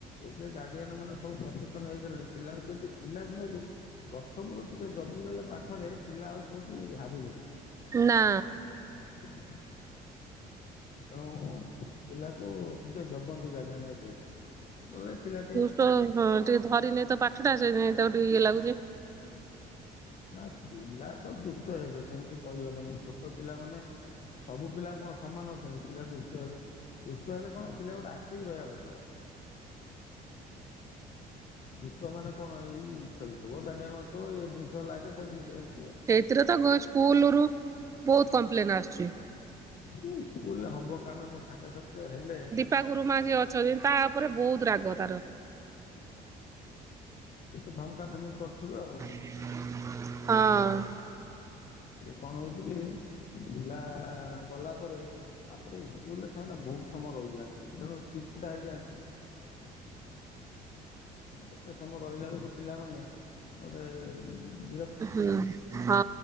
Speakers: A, on the left (about 45°); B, on the right (about 20°).
A: ଏବେ ଗାଡିଆନ ମାନେ ସବୁ ସଚେତନ ହେଇଗଲେଣି ପିଲାଙ୍କୁ କେମିତି ପିଲାଦିନରୁ ପ୍ରଥମରୁ ଟିକେ ଜଗିଗଲେ ପାଠରେ ପିଲା ଆଉ କୋଉଠି ହାରିବନି
B: ନା।
A: <inaudible> ତେଣୁ ପିଲାକୁ ଟିକେ ଜଗନ୍ତି ଗାଡିଆନ ଏବେ ନହେଲେ ପିଲା ଟେ
B: ଓହୋ ଟିକେ ଧରି ନେଇ ତ ପାଠଟା ସୋଇ ତ ଟିକେ ଇଏ ଲାଗୁଛି
A: ନା ପିଲା ତ ଦୁଷ୍ଟ ହେବେ ସେମିତି କହିହବନି ଛୋଟ ପିଲାମାନେ ସବୁ ପିଲା କଣ ସମାନ ଅଛନ୍ତି ପିଲା ଦୁଷ୍ଟ ହେବେ ଦୁଷ୍ଟ ହେଲେ କଣ ପିଲା ଗୋଟେ ଆକ୍ଟିଭ ରହିବା ଦରକାର। ଦୁଷ୍ଟ ମାନେ କଣ ଏଇ ଖେଳୁଥିବ ଦାଣ୍ଡିଆ ମାରୁଥିବ ଏ ଜିନିଷ ଲାଗେ ସେ ଜିନିଷ ଲାଗେଏମିତି ଆଉ।
B: ଏଥିରେ ତ ସ୍କୁଲରୁ ବହୁତ୍ କମ୍ପ୍ଲେନ୍ ଆସୁଛି।
A: ସେ ଇସ୍କୁଲରେ ହବ କାରଣ ସେ ସାଙ୍ଗସାଥି ହେଲେ
B: ତା ଗୁରୁମା ଯିଏ ଅଛନ୍ତି ତା ଉପରେ ବହୁତ ରାଗ ତାର।
A: ସେତ ଧମକା ଧମକି କରୁଥିବେ ଆଉ।
B: ହଁ।
A: ସେ କଣ ହୋଉଚି କି ପିଲା ଗଲା ପରେ ତାପରେ ଇସ୍କୁଲ ରେ ସେମାନେ ବହୁତ୍ ସମୟ ରହିଯାଆନ୍ତି ତେଣୁ ଚିଡ଼ିଚିଡା ହେଇଯାଆନ୍ତି। ଏତେ ସମୟ ରହିଲା ବେଳକୁ ପିଲାମାନେ ଗୋଟେ ବି
B: ହୁଁ ହଁ